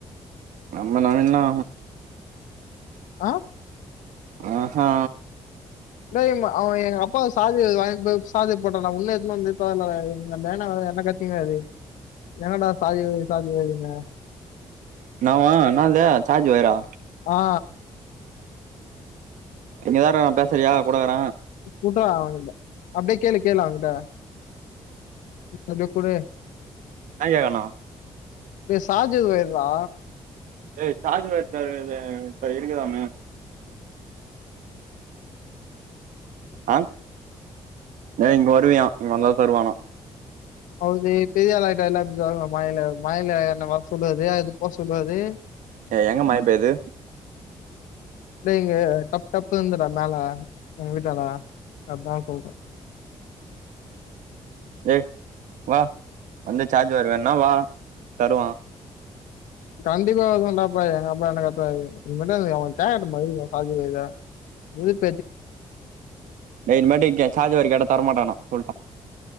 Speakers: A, on the right; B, on the left.
A: நம்ம நவீனா
B: அ
A: ஆஹா
B: அண்ணா அவே எங்கப்பாவ சார்ஜ் வொயரு வாங்கிட் போய் சார்ஜர் போட்டான்னா உன்‌னு எத்துனு வந்து எத்துனு வர்ல எங்க நைனா வேற என்ன கத்தினுக்காரு எங்கடா சார்ஜர் வொயரு சார்ஜர் வொயருனு
A: என்னாவா என்னாது சார்ஜ் வொயரா
B: ஆ
A: இங்கதாருக்கா பேசுறியா குடுக்குற
B: குடு அவ கிட்ட அப்டியே கேளு கேளு அவ கிட்ட அப்டியே குடு
A: என்ன கேக்கறா
B: டேய் சார்ஜர் வொயர்ரா
A: டேய் சார்ஜ் வொய்ரு ப்ரவீனு உன்ட்ட இருக்குதாம்மே அ ஏ இங்க வருவியா இங்க வந்தா தா தருவானா
B: அதாவ்து பெரியாளாய்ட்டாருல அப்டி சொல்லுவா வாய்ல வாய்ல எதுனா வர சொல்லுது அத போ சொல்லு வது
A: ஏய் எங்க மழ பெய்து
B: டேய் இங்க டப் டப்புனுதுடா மேல எங்க வீட்டான்ட அத்தா சொல்ற
A: ஏ வா வந்து சார்ஜர் வேணுனா வா தருவா
B: கண்டிப்பா வருவேடாப்பா எங்க அப்பா என்ன கத்துவாரு இனிமேட்டு அவே கேக்கட்டு <unintelligible> அவ சார்ஜரு இத இதுக்
A: டேய் இன்மேட்டு கே சார்ஜர் கேட்ட தரமாட்டானா சொல்ட்டா